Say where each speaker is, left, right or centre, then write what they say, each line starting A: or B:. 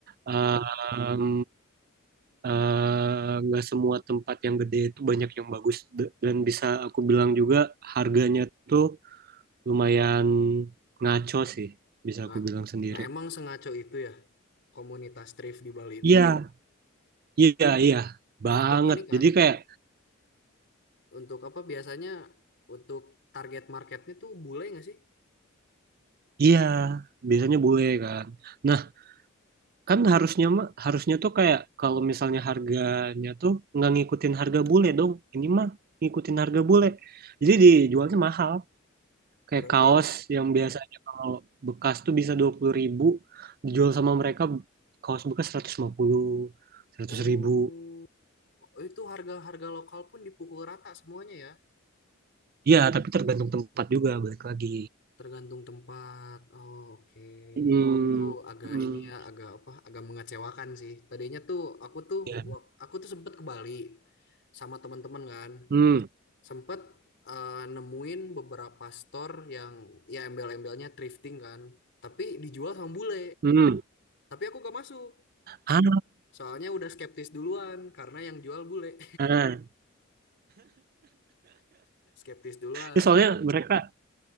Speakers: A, on the right; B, on the left.
A: em, eh, nggak semua tempat yang gede itu banyak yang bagus D- dan bisa aku bilang juga harganya tuh lumayan ngaco sih, bisa
B: Nah,
A: aku bilang sendiri.
B: nah emang sengaco itu ya komunitas thrift di Bali itu.
A: Iya, iya, iya, banget.
B: Untuk ini kan,
A: Jadi kayak
B: untuk apa biasanya untuk target marketnya tuh bule nggak sih?
A: iya, biasanya bule kan. Nah, kan harusnya mah harusnya tuh kayak kalau misalnya harganya tuh nggak ngikutin harga bule dong ini mah ngikutin harga bule jadi dijualnya mahal kayak
B: Berarti
A: kaos yang biasanya kalau bekas tuh bisa dua puluh ribu dijual sama mereka kaos bekas seratus lima puluh seratus
B: oh
A: ribu
B: itu harga-harga lokal pun dipukul rata semuanya ya.
A: ya tapi tergantung tempat juga balik lagi
B: Tergantung tempat. Oh, oke.
A: hmm,
B: Itu agak
A: hmm,
B: ini ya, agak apa? Agak mengecewakan sih. Tadinya tuh aku tuh
A: ya.
B: wak- aku tuh sempet ke Bali sama teman-teman kan.
A: hmm,
B: Sempet eh, nemuin beberapa store yang ya embel-embelnya thrifting kan, tapi dijual sama bule.
A: hmm.
B: Tapi aku gak masuk,
A: Ah,
B: soalnya udah skeptis duluan karena yang jual bule,
A: ah.
B: <laughs> skeptis duluan.
A: Ya, soalnya mereka